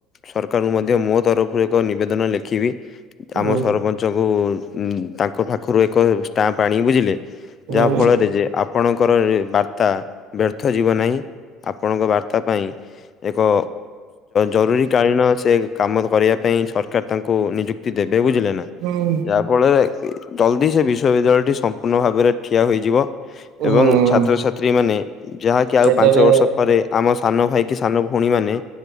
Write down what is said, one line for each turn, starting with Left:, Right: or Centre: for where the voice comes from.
Left: ସରକାରଙ୍କୁ ମଧ୍ୟ ମୋ ତରଫରୁ ଏକ ନିବେଦନ ଲେଖିବି।
Right: କରିବୁ?
Left: ଆମ ସରପଞ୍ଚଙ୍କୁ ତାଙ୍କ ପାଖରୁ ଏକ ଷ୍ଟାମ୍ପ ଆଣିବି ବୁଝିଲେ।
Right: ହୁଁ
Left: ଯାହା ଫଳରେ ଯେ ଆପଣଙ୍କର ବାର୍ତ୍ତା ବ୍ୟର୍ଥ ଯିବ ନାହିଁ ଆପଣଙ୍କ ବାର୍ତ୍ତା ପାଇଁ ଏକ ଜରୁରୀ କାଳୀନ ସେ କାମ କରିବା ପାଇଁ ସରକାର ତାଙ୍କୁ ନିଯୁକ୍ତି ଦେବେ ବୁଝିଲେ ନା।
Right: ହୁଁ।
Left: ଯାହାଫଳରେ ଜଲଦି ସେ ବିଶ୍ୱବିଦ୍ୟାଳୟଟି ସମ୍ପୂର୍ଣ୍ଣ ଭାବରେ ଠିଆ ହୋଇଯିବ
Right: ହୁଁ
Left: ଏବଂ ଛା ଛାତ୍ରଛାତ୍ରୀ ମାନେ ଯାହାକି ଆଉ
Right: ସେଠାରେ
Left: ପାଞ୍ଚ ବର୍ଷ ପରେ ଆମ ସାନ ଭାଇ କି ସାନ ଭଉଣୀ ମାନେ